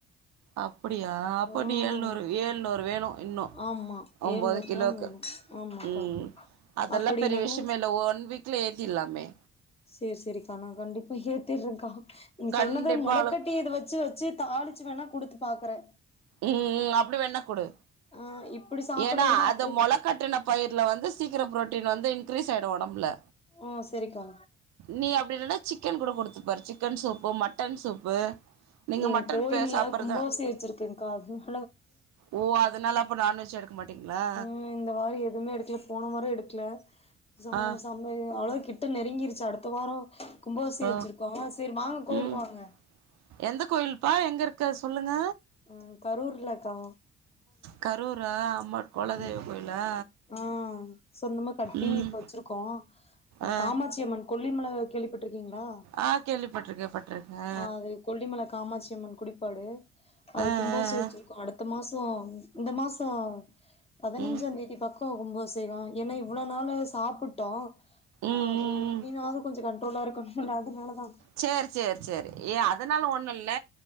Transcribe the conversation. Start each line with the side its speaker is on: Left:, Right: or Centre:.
Right: அப்டியா அப்போ
Left: ஆ
Right: நீ எழுநூறு ஏழுநூறு வேணு இன்னோ
Left: ஆமா
Right: ஒம்போது
Left: ஏழ்நூறு
Right: கிலோக்கு
Left: கிராம் வேணு ஆமாக்கா
Right: ம் அதெல்லா
Left: அப்டின்னாதா
Right: பெரிய விஷிமே இல்ல ஒன் வீக்ல ஏத்திர்லாமே
Left: சேர் சேரிக்கா நா கண்டிப்பா ஏத்திறேங்கா நீங்க
Right: கண்டிப்பா
Left: சொன்னது மொளக்கட்டி
Right: அவளுக்
Left: இத வச்சு வச்சு தாளிச்சு வேணா குடுத்து பாக்குறே
Right: ம் ம் அப்டி வேண்ணா குடு
Left: ஆ இப்டி சாப்பட்றத
Right: ஏனா
Left: விட
Right: அத
Left: அப்டி
Right: மொள கட்டுன பயிர்ல வந்து சீக்கரோ ப்ரோட்டீன் வந்து இன்க்ரீஸ் ஆய்டு ஒடம்புல
Left: ஓ செரிக்கா
Right: நீ அப்படில்லனா சிக்கன் கூட குடுத்துப்பாரு சிக்கன் சூப்பு மட்டன் சூப்பு நீங்க
Left: என்
Right: மட்டன்
Left: கோயில்ல
Right: பே சாப்பட்றதா
Left: கும்பாபிஷேகம் வச்சிருக்கங்கா அது தா
Right: ஓ அதனால அப்ப நான்வெஜ் எடுக்க மாட்டீங்களா
Left: ம் இந்த வாரோ எதுவுமே எடுக்கல போன வாரோ எடுக்கல சா
Right: ஆ
Left: சாம் மாரி அவ்ளோ கிட்ட நெருங்கிருச்சு அடுத்த வாரோ கும்பாபிஷேக
Right: ஆ
Left: வச்சுருக்கோ சரி வாங்க கோயிலுக்கு
Right: ம்
Left: வாங்க
Right: எந்த கோயில் பா எங்க இருக்கு அத சொல்லுங்க
Left: ம் கரூர்ல கா
Right: கரூர்ரா அம்மா குலதெய்வ
Left: ம்
Right: கோயிலா
Left: ஆ சொந்தமா கட்டி
Right: ம்
Left: இப்ப வச்சிருக்கோ அ
Right: ஆ
Left: காமாட்சியம்மன் கொல்லிமலை கேள்விப்பட்டிருக்கீங்களா
Right: ஆ கேள்விப்பட் ட்ருக்க பட்ருக்கே
Left: ஆ அது கொல்லிமல காமாட்சி அம்மன் குடிப்பாடு அது
Right: ஆ ஆ
Left: கும்பாபிஷே
Right: ஆ
Left: வெச்ருக்கோ அடுத்த மாசோ இந்த மாசோ பதினஞ்சாந்
Right: ம்
Left: தேதி பக் கோ கும்பாப்ஷேகோ ஏன்னா இவ்ளோ நாளு சாப்புட்டோ
Right: ம்
Left: ஆ போயி
Right: ம்
Left: இனினாது கொஞ்சோ கண்ட்ரோலா இருக்குனுல்ல அதுனாலதா
Right: சேரி சேரி சேரி ஏ அதனால ஒண்ணோல்ல